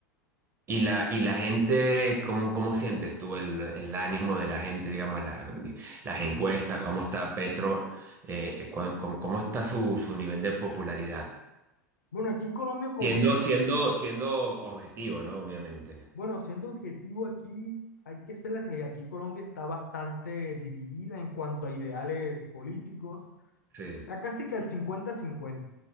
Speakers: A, on the right; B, on the left.
A: Y la, y la gente, ¿cómo, cómo sientes tú el, el ánimo de la gente, digamos, la- las encuestas, cómo está Petro, eh, cu- cómo, cómo está su, su nivel de popularidad?
B: Bueno, aquí Colombia, como
A: Siendo,
B: es un,
A: siendo, siendo objetivo, ¿no? Obviamente.
B: bueno, siendo objetivo aquí, hay que ser la realidad. Aquí Colombia está bastante dividida en cuanto a ideales políticos
A: Sí,
B: acá sí que al cincuenta-cincuenta,